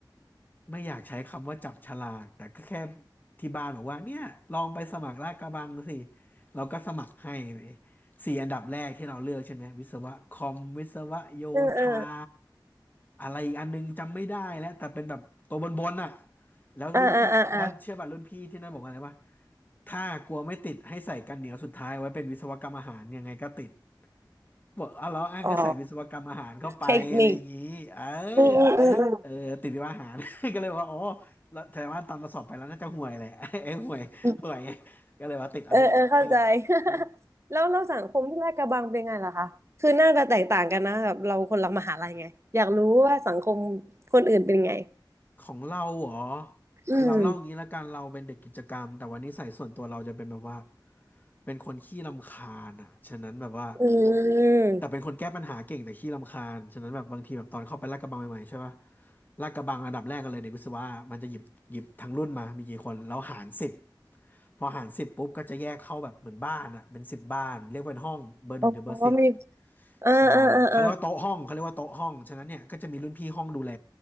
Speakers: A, on the left (about 20°); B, on the right (about 35°).
A: ไม่อยากใช้คำว่าจับฉลากแต่ก็แค่ที่บ้านบอกว่าเนี่ยลองไปสมัครลาดกระบังสิเราก็สมัครให้เว้ยสี่อันดับแรกที่เราเลือกใช่ไหมวิศวะคอมวิศวะโยธา
B: เออเออ
A: อะไรอีกอันนึงจำไม่ได้แล้วแต่เป็นแบบตัวบนบนอ่ะแล้วรุ่นพี่แล้วเชื่อป่ะรุ่นพี่ที่นั่นบอกว่าอะไรวะ
B: อ่าอ่าอ่าอ่า
A: ถ้ากลัวไม่ติดให้ใส่กันเหนียวสุดท้ายไว้เป็นวิศวกรรมอาหารยังไงก็ติด บอกเอาเหรออ้างก็ใส่วิศวกรรมอาหารเข้าไปอะไรอย่างนี้เออ
B: อ๋อเทคนิคอืมอืมอืมอื
A: เออติดวิศวอาหาร <laughs> ก็เลยว่าอ๋อแล้วแต่ว่าตอนเราสอบไปแล้วน่าจะห่วยแหละ <laughs> ไอ้ห่วยห่วย
B: ม
A: ก็เลยว่าติดอันสุดท้ายเลย
B: เออเออเข้าใจ <laughs> แล้วเราสังคมที่ลาดกระบังเป็นไงล่ะคะคือน่าจะแตกต่างกันนะแบบเราคนละมหาลัยไงอยากรู้ว่าสังคมคนอื่นเป็นไง
A: ของเราเหรอ
B: อืม
A: คือเราเล่างี้ละกันเราเป็นเด็กกิจกรรมแต่วันนี้ใส่ส่วนตัวเราจะเป็นแบบว่าเป็นคนขี้รำคาญอ่ะฉะนั้นแบบว่า
B: อืม
A: แต่เป็นคนแก้ปัญหาเก่งแต่ขี้รำคาญฉะนั้นแบบบางทีแบบตอนเข้าไปลาดกระบังใหม่ๆใช่ปะลาดกระบังอันดับแรกกันเลยเด็กวิศวะมันจะหยิบหยิบทั้งรุ่นมามีกี่คนแล้วหารสิบ พอหารสิบปุ๊บก็จะแยกเข้าแบบเหมือนบ้านอะเป็นสิบบ้านเรียกว่าเป็นห้องเบอร์หนึ่งถึงเบอร์สิบ
B: อ๋อมีอ่าอ่าอ่าอ่า
A: ใช่เขาเรียกว่าโต๊ะห้องเขาเรียกว่าโต๊ะห้องฉะนั้นเนี่ยก็จะมีรุ่นพี่ห้องดูแล